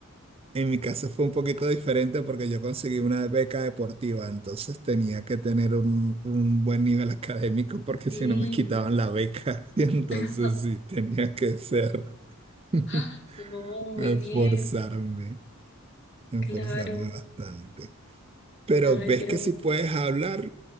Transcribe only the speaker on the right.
En mi caso fue un poquito diferente porque yo conseguí una beca deportiva, entonces tenía que tener un, un buen nivel académico porque
si no me quitaban la beca, <laughs> y entonces
sí, tenía que ser, <laughs>
esforzarme,
esforzarme
bastante. Pero
ves
que si
puedes hablar,